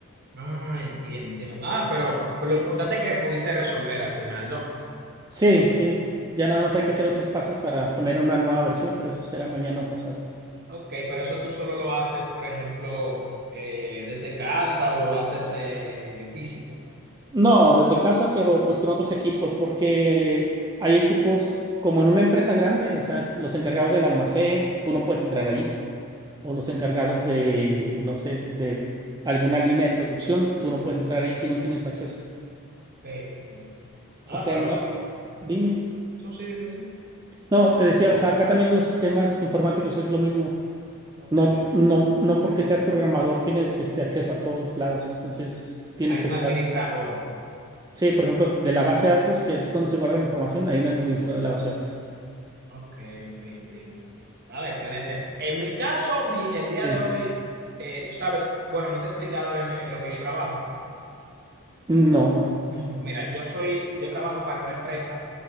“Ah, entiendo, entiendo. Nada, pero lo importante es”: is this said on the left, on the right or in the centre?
Right